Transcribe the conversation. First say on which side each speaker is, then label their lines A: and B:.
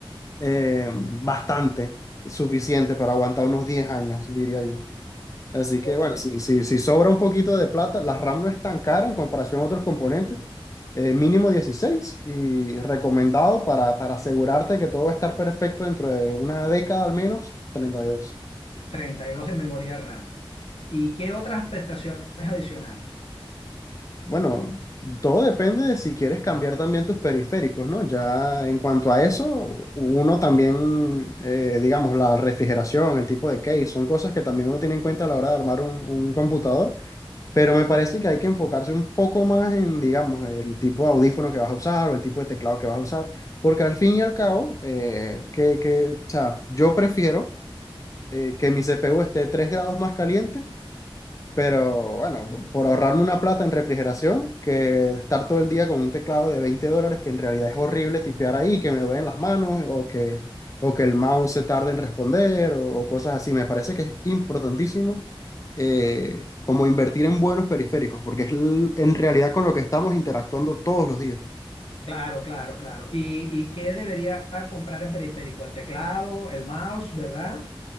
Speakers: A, on the left (about 35°); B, on the left (about 85°).
A: eh, bastante suficiente para aguantar unos 10 años, diría yo. Así que
B: ok.
A: bueno, si, si, si sobra un poquito de plata, la RAM no es tan cara en comparación a otros componentes, eh, mínimo 16 y recomendado para, para asegurarte que todo va a estar perfecto dentro de una década al menos, treinta y dos
B: 32 de memoria RAM. ¿Y qué otras prestaciones adicionales?
A: Bueno, todo depende de si quieres cambiar también tus periféricos, ¿no? Ya en cuanto a eso, uno también, eh, digamos, la refrigeración, el tipo de case, son cosas que también uno tiene en cuenta a la hora de armar un un computador. Pero me parece que hay que enfocarse un poco más en, digamos, el tipo de audífono que vas a usar o el tipo de teclado que vas a usar, porque al fin y al cabo, eh, que, que, o sea, yo prefiero eh, que mi CPU esté 3 grados más caliente pero bueno, por ahorrarme una plata en refrigeración, que estar todo el día con un teclado de 20 dólares, que en realidad es horrible tipear ahí, que me duelen las manos o que, o que el mouse se tarde en responder o, o cosas así. Me parece que es importantísimo eh, como invertir en buenos periféricos, porque es l- en realidad con lo que estamos interactuando todos los días.
B: Claro, claro, claro. ¿Y, y qué debería comprar en periférico? El teclado, el mouse, ¿verdad?